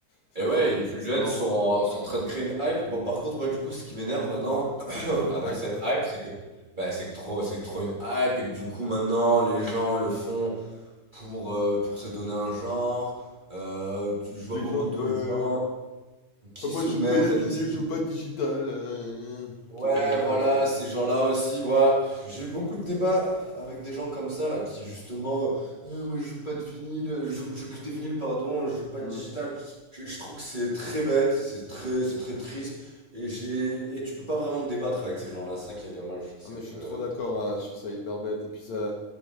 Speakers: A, on the left; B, on the right.
A: C'est
B: Et
A: assez,
B: ouais, les
A: c'est
B: plus
A: assez
B: jeunes
A: marrant.
B: sont en, sont en train de créer une hype. Bon, par contre, moi, du coup, ce qui m'énerve maintenant
A: Parce que c'est
B: <clears throat>
A: trop une
B: avec
A: hype
B: cette
A: presque.
B: hype, c'est que bah, c'est que trop, c'est trop une hype et que du coup, maintenant, les gens le font pour, euh, pour se donner un genre. Euh, tu- je vois
A: Les
B: beaucoup
A: gens,
B: de
A: ouais.
B: gens qui
A: Ah, moi
B: se
A: je
B: mettent
A: joue que des
B: à
A: vinyles,
B: mixer.
A: je joue pas de digital. euh, gna gna.
B: Ouais,
A: Ça, ça m'énerve
B: voilà,
A: aussi.
B: ces gens-là aussi, moi, j'ai eu beaucoup de débats avec des gens comme ça, là, qui justement, Euh, moi je joue pas de vinyle, je joue, je joue que des vinyles, pardon, je joue pas
A: Hmm.
B: de digital. Je, je trouve que c'est très bête, c'est très, c'est très triste, et j'ai, et tu peux pas vraiment te débattre avec ces gens-là, ça qui est dommage, c'est
A: Ah, mais je
B: que,
A: suis trop d'accord, euh, je trouve ça hyper bête. Et puis ça.